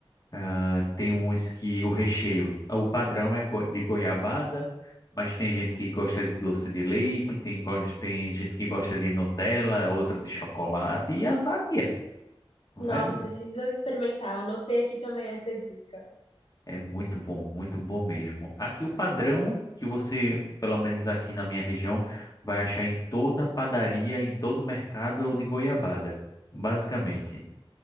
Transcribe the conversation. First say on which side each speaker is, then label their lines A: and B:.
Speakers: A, on the left; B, on the left.
A: ah, tem uns que o recheio. Ah, O padrão é go- de goiabada, mas tem gente que gosta de doce de leite, tem, gos- tem gente que gosta de Nutella, outra de chocolate, e ah, varia. Varia.
B: Nossa, preciso experimentar. Anotei aqui também essa dica.
A: É muito bom, muito bom mesmo. Aqui o padrão que você, pelo menos aqui na minha região, vai achar em toda padaria, em todo mercado é o de goiabada, basicamente.